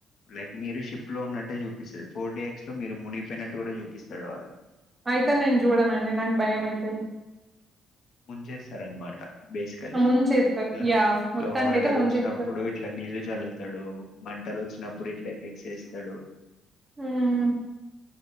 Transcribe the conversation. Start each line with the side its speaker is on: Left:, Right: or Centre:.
Left: లైక్ మీరు షిప్ లో ఉన్నట్టే చూపిస్తడు ఫోర్ డే ఎక్స్ లో మీరు మునిగిపోయినట్టు కూడా చూపిస్తాడు వాడు
Right: అయితే నేను చూడనండి నాకు భయం అయితది
Left: ముంచేస్తారనమాట బేసికలీ
Right: ముంచేస్తారు
Left: ఇలా
Right: యా మొత్తానికైతే
Left: ఇలా వాటర్
Right: ముంచేస్తారు.
Left: వచ్చినప్పుడు ఇట్లా నీళ్లు చల్లుతాడు మంటలు వచ్చినప్పుడు ఇట్లా ఎఫెక్స్ చేస్తాడు
Right: ఉమ్